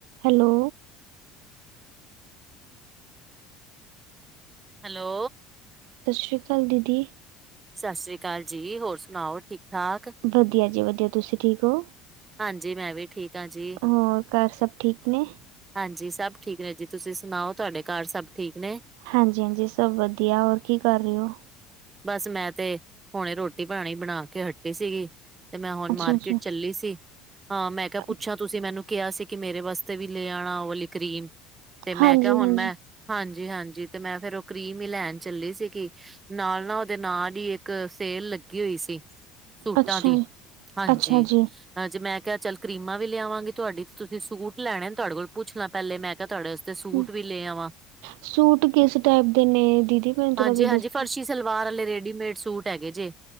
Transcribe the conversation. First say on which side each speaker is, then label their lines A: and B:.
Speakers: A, on the right (about 85°); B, on the right (about 15°).
A: Hello.
B: Hello.
A: ਸਸ ਸ਼੍ਰੀ ਕਾਲ ਦੀਦੀ।
B: ਸਸ ਸ੍ਰੀ ਕਾਲ ਜੀ। ਹੋਰ ਸੁਨਾਓ ਠੀਕ-ਠਾਕ?
A: ਵਧੀਆ ਜੀ ਵਧੀਆ। ਤੁਸੀਂ ਠੀਕ ਓ?
B: ਹਾਂਜੀ, ਮੈਂ ਵੀ ਠੀਕ ਆਂ ਜੀ।
A: ਹੋਰ ਘਰ ਸਭ ਠੀਕ ਨੇ?
B: ਹਾਂਜੀ ਸਭ ਠੀਕ ਨੇ ਜੀ। ਤੁਸੀਂ ਸੁਨਾਓ ਤੁਆਡੇ ਘਾਰ ਸਭ ਠੀਕ ਨੇ?
A: ਹਾਂਜੀ-ਹਾਂਜੀ, ਸਭ ਵਧੀਆ। ਹੋਰ ਕੀ ਕਰ ਰੇ ਓ?
B: ਬਸ ਮੈਂ ਤੇ ਹੁਨੇ ਰੋਟੀ ਪਾਨੀ ਬਨਾ ਕੇ ਹੱਟੀ ਸੀਗੀ ਤੇ ਮੈਂ ਹੁਨ
A: ਅੱਛਾ
B: ਮਾਰਕੀਟ
A: ਅੱਛਾ
B: ਚੱਲੀ ਸੀ। ਹਾਂ ਮੈਂ ਕਿਆ ਪੁੱਛਾਂ
A: ਅੱਛਾ,
B: ਤੁਸੀਂ ਮੈਨੂੰ ਕਿਆ ਸੀ ਕਿ ਮੇਰੇ ਵਾਸਤੇ ਵੀ ਲੇ ਆਣਾ ਓ ਵਾਲੀ ਕਰੀਮ ਤੇ
A: ਹਾਂਜੀ
B: ਮੈਂ ਕਿਆ ਹੁਨ
A: ਹਾਂਜੀ
B: ਮੈਂ ਹਾਂਜੀ-ਹਾਂਜੀ ਤੇ ਮੈਂ ਫੇਰ ਓ ਕਰੀਮ ਈ ਲੈਨ ਚੱਲੀ ਸੀਗੀ ਨਾਲ ਨਾ ਓਦੇ ਨਾਲ ਈ ਏੱਕ ਸੇਲ ਲੱਗੀ ਹੋਈ ਸੀ ਸੂਟਾਂ
A: ਅੱਛਾ
B: ਦੀ, ਹਾਂਜੀ।
A: ਅੱਛਾ ਜੀ
B: ਹਾਂ ਜੇ ਮੈਂ ਕਿਆ ਚੱਲ ਕਰੀਮਾਂ ਵੀ ਲੇ ਆਵਾਂਗੀ ਤੁਆਡੀ ਤੇ ਤੁਸੀਂ ਸੂਟ ਲੈਨੇ ਨ ਤੁਆਡੇ ਕੋਲ ਪੁੱਛ ਲਾਂ। ਪੈਲੇ ਮੈਂ ਕਿਆ ਤੁਆਡੇ ਵਾਸਤੇ ਸੂਟ
A: ਹਮ,
B: ਵੀ ਲੈ ਆ ਵਾਂ।
A: ਸੂਟ ਕਿਸ ਟਾਈਪ ਦੇ ਨੇ ਦੀਦੀ, ਮੈਨੂੰ ਥੋੜਾ
B: ਹਾਂਜੀ
A: ਜਿਆ
B: ਹਾਂਜੀ
A: ਦੱ
B: ਫਰਸ਼ੀ ਸਲਵਾਰ ਆਲੇ ਰੇਡੀਮੇਡ ਸੂਟ ਹੈਗੇ ਜੇ